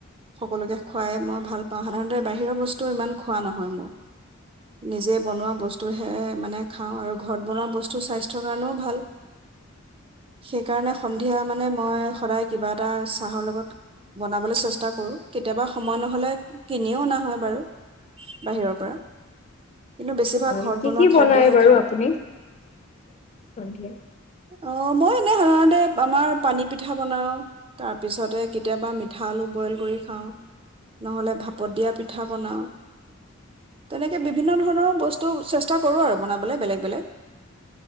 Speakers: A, on the right; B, on the left.
A: সকলোকে খুৱাই মই ভাল পাওঁ, সাধাৰণতে বাহিৰৰ বস্তু ইমান খোৱা নহয় মোৰ। নিজে বনোৱা বস্তুহে মানে খাওঁ আৰু ঘৰত বনোৱা বস্তু স্বাস্থ্যৰ কাৰণেও ভাল। সেইকাৰণে সন্ধিয়া মানে মই সদায় কিবা এটা চাহৰ লগত বনাবলৈ চেষ্টা কৰোঁ। কেতিয়াবা সময় নহ'লে কিনিও অনা হয়, বাৰু বাহিৰৰ পৰা। কিন্তু বেছিভাগ
B: হয়,
A: ঘৰত
B: কি,
A: বনোৱা
B: কি
A: খাদ্যহে
B: বনাই বাৰু
A: খাওঁ
B: আপুনি সন্ধিয়া?
A: অ', মই এনেই সাধাৰণতে আমাৰ পানী পিঠা বনাওঁ, তাৰপিছতে কেতিয়াবা মিঠা আলু বইল কৰি খাওঁ, নহ'লে ভাপত দিয়া পিঠা বনাওঁ। তেনেকে বিভিন্ন ধৰণৰ বস্তু চেষ্টা কৰোঁ আৰু বনাবলৈ বেলেগ, বেলেগ।